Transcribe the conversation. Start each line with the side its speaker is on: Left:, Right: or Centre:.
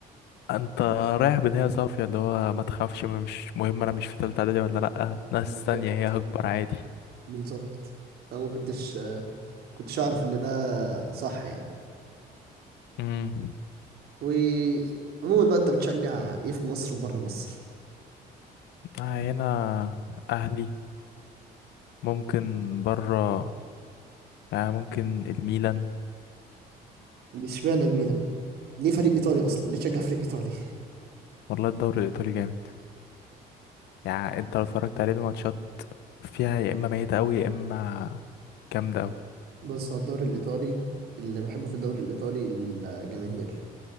Left: انت رايح بنية صافية اللي هو ما تخافش مش مهم انا مش في تالتة اعدادي ولا لأ ناس
Right: بالظبط
Left: تانية هي هكبر عادي
Right: بالظبط انا ما كنتش كنتش اعرف ان ده صح يعني
Left: مم.
Right: وعموما بقى انت بتشجع ايه في مصر وبره مصر
Left: آه هنا أهلي ممكن برا يعني ممكن الميلان
Right: اشمعنى الميلان ليه فريق ايطالي اصلا ليه تشجع فريق ايطالي
Left: والله الدوري الإيطالي جامد يعني أنت لو اتفرجت عليه الماتشات فيها يا إما ميتة أوي يا إما جامدة أوي
Right: بص هو الدوري الايطالي اللي بحبه في الدوري الايطالي الجماهير